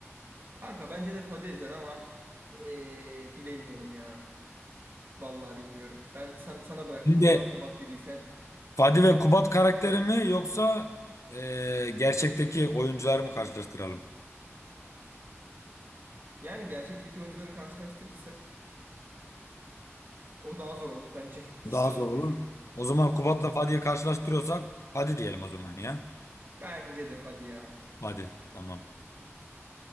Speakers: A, on the right; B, on the left.
A: Kanka bence de Fadi Ezer ama ee, bilemiyorum ya. Vallahi bilmiyorum. Ben sen, sana bıraktım
B: Bir de
A: o zaman. Kubat dediysen.
B: Fatih ve Kubat karakteri mi yoksa e, gerçekteki oyuncuları mı karşılaştıralım?
A: Yani gerçekteki oyuncuları karşılaştırırsak o daha zor olur bence. <laughs> İkisi
B: Daha
A: de
B: zor
A: çok
B: olur.
A: iyi çünkü.
B: O zaman Kubat'la
A: <laughs>
B: Fatih'i karşılaştırıyorsak Fatih diyelim o zaman ya.
A: Bence de hadi ya.
B: Fatih tamam.